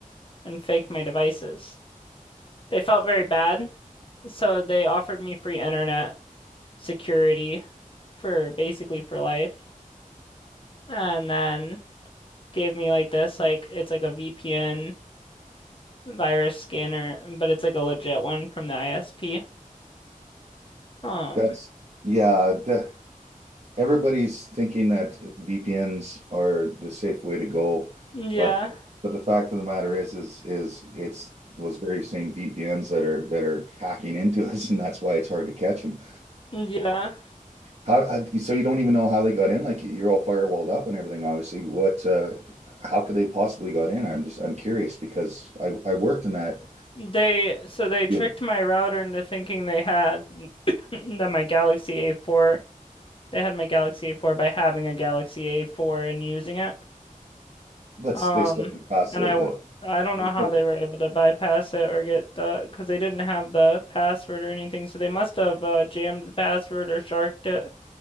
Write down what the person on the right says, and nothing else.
That's yeah, the, everybody's thinking that VPNs are the safe way to go,
but but the fact of the matter is is is it's those very same VPNs that are that are hacking into <laughs> us, and that's why it's hard to catch them.
How, I- so you don't even know how they got in? Like you're all firewalled up and everything, obviously. What, uh, how could they possibly got in? I'm just, I'm curious because I, I worked in that
field,
but
s- they still didn't pass
the,
the,
they
still-